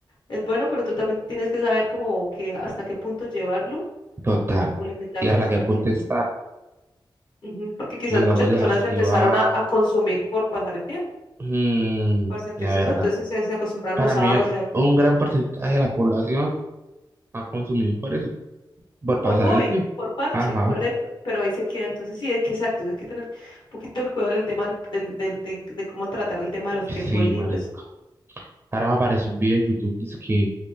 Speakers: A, on the left; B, on the right.
A: es bueno, pero tú también tienes que saber como que hasta qué punto llevarlo
B: Total.
A: o, o limitarlo
B: ¿Y hasta
A: pues
B: qué
A: para
B: punto
A: que no.
B: estar?
A: Ujú, Porque quizás
B: Y digamos,
A: muchas personas
B: dejarse
A: empezaron
B: llevar.
A: a, a consumir por pasar el tiempo,
B: Mm,
A: para sentirse
B: la verdad.
A: sol, entonces se, se acostumbraron
B: Para
A: los sábados,
B: mí,
A: ya, pues,
B: un gran porcentaje de la población ha consumido por eso. por pasar
A: por hobby,
B: el tiempo.
A: por parche,
B: Ajá.
A: correcto, pero ahí se queda, entonces sí, es que exacto, hay que tener un poquito el cuidado del tema del, del- del- de, de cómo tratar el tema de los
B: Sí,
A: tiempos libres.
B: marica. Ahora me aparece un video en YouTube que es que,